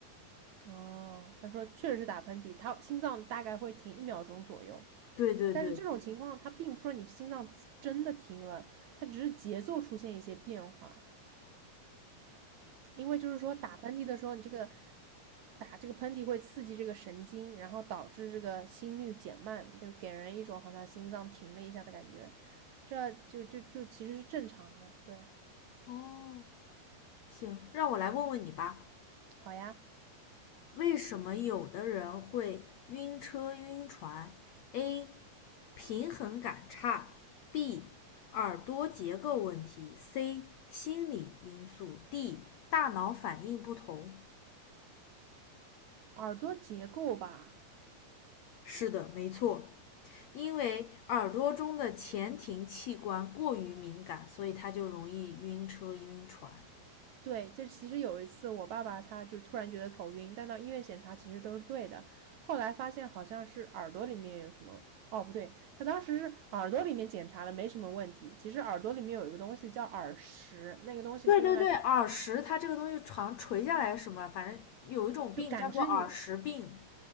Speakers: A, on the right (about 65°); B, on the left (about 75°).
A: 哦，他说确实是打喷嚏，他心脏大概会停一秒钟左右。
B: 对对对。
A: 但是这种情况，它并不是说你心脏真的停了，它只是节奏出现一些变化。因为就是说打喷嚏的时候，你这个打这个喷嚏会刺激这个神经，然后导致这个心率减慢，就给人一种好像心脏停了一下的感觉，这就就就其实是正常的。对，
B: 哦，行，让我来问问你吧，
A: 好呀，
B: 为什么有的人会晕车晕船？A. 平衡感差；B. 耳朵结构问题；C. 心理因素；D. 大脑反应不同。
A: 耳朵结构吧。
B: 是的，没错，因为耳朵中的前庭器官过于敏感，所以它就容易晕车、晕船。
A: 对，这其实有一次我爸爸他就突然觉得头晕，但到医院检查其实都是对的，后来发现好像是耳朵里面有什么。哦，不对，他当时是耳朵里面检查了，没什么问题。其实耳朵里面有一个东西叫耳石，那个东西是用来
B: 对对对，耳石它这个东西常垂下来什么，反正有一种病叫做耳石病，
A: 就感知你